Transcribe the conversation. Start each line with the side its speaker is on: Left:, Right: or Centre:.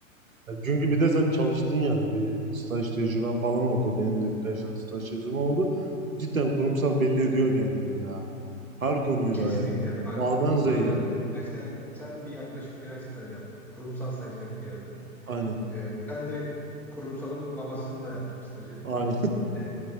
Right: Ya Çünkü bir de sen çalıştın yani bir staj tecrüben falan oldu. Benim de birkaç tane staj tecrübem oldu. Cidden kurumsal belli ediyor kendini ya. Her konuyla
Centre: Kesinlikle.
Right: yani.
Centre: Bak
Right: A'dan Z'ye.
Centre: aynen öyle. Yani sen sen bir yaklaşık bir ay staj yaptın. Kurumsal sayılacak bir yerde.
Right: Aynen.
Centre: E, ben direkt kurumsalın babasında yaptım stajı.
Right: Aynen.
Centre: E,